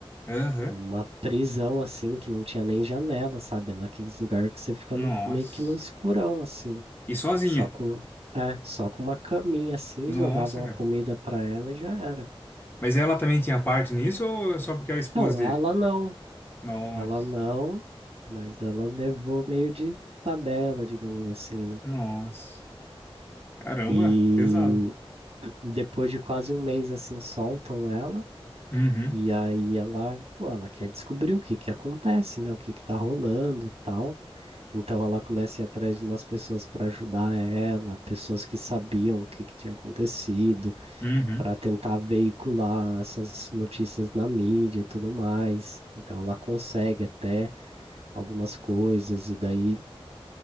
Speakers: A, on the left; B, on the right.
A: Aham.
B: numa prisão, assim, que não tinha nem janela, sabe? É naqueles lugares que você fica
A: Nossa.
B: no- meio que no escurão, assim,
A: E sozinha.
B: só com, é, só com uma caminha, assim,
A: Nossa,
B: jogavam
A: cara.
B: a comida pra ela e já era.
A: Mas ela também tinha parte nisso ou só porque era esposa
B: Então,
A: dele?
B: ela não.
A: Nossa.
B: Ela não, mas ela levou meio de tabela, digamos assim, né?
A: Nossa. Caramba,
B: E
A: pesado.
B: depois de quase um mês assim, soltam ela.
A: Uhum.
B: E aí ela, pô, ela quer descobrir o que que acontece, né? O que que tá rolando e tal. Então ela começa a ir atrás de umas pessoas para ajudar ela, pessoas que sabiam o que que tinha acontecido,
A: Uhum.
B: para tentar veicular essas notícias na mídia e tudo mais. Então ela consegue até algumas coisas e daí